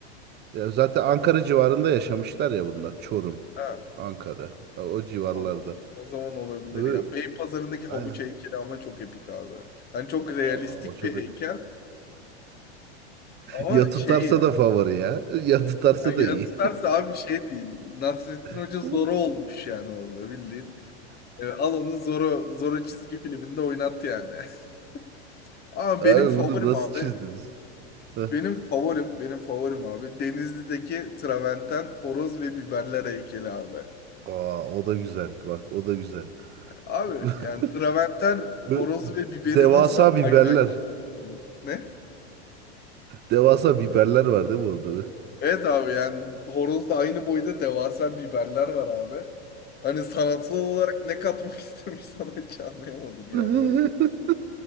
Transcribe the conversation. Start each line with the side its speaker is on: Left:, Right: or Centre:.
Right: Ya zaten Ankara civarında yaşamışlar ya bunlar. Çorum,
Left: Ha,
Right: Ankara. O, o civarlarda.
Left: o, o, o zaman olabilir
Right: Ö-
Left: ya. Beypazarı'ndaki havuç
Right: Aynen.
Left: heykeli ama çok epik abi. Yani çok realistik
Right: Aa, o çok
Left: bir
Right: epik.
Left: heykel
Right: <laughs>
Left: ama
Right: Ya tutarsa
Left: şey yani.
Right: da favori ya. Ya tutarsa
Left: yani
Right: da
Left: Ya
Right: iyi.
Left: tutarsa abi şey değil. Nasrettin
Right: <laughs>
Left: Hoca Zorro olmuş yani orada bildiğin. Evet, al onu Zorro, Zorro çizgi filminde oynat yani. <laughs> Ama
Right: Abi
Left: benim favorim
Right: bunu nasıl
Left: abi.
Right: çizdiniz? <laughs>
Left: Benim favorim, benim favorim abi. Denizli'deki Traverten horoz ve biberler heykeli abi.
Right: Aa, o da güzel. Bak o da güzel.
Left: Abi
Right: <laughs>
Left: yani Traverten horoz
Right: Ö-
Left: ve biberi
Right: Devasa
Left: nasıl
Right: biberler.
Left: ayıracaksın? Ne?
Right: Devasa biberler var değil mi orada?
Left: Evet abi yani horozda aynı boyda devasa biberler var abi. Hani sanatsal olarak ne katmak <laughs> istemiş sana hiç anlayamadım yani
Right: <laughs>
Left: orada.